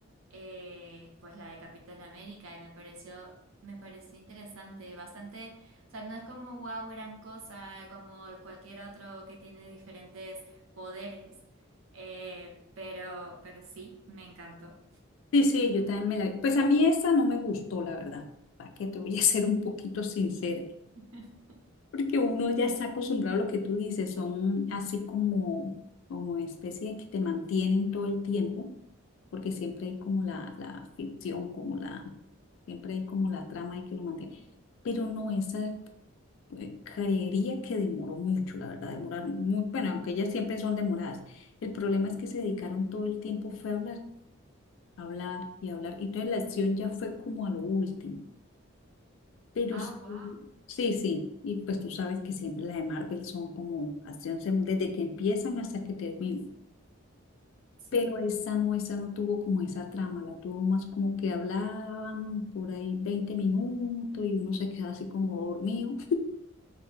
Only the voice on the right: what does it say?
eh, pues la de Capitán América y me pareció, me pareció interesante, bastante, o sea, no es como wow, gran cosa, como cualquier otro que tiene diferentes poderes, eh, pero, pero sí, me encantó.
<laughs>
Ah,
wow,
sí.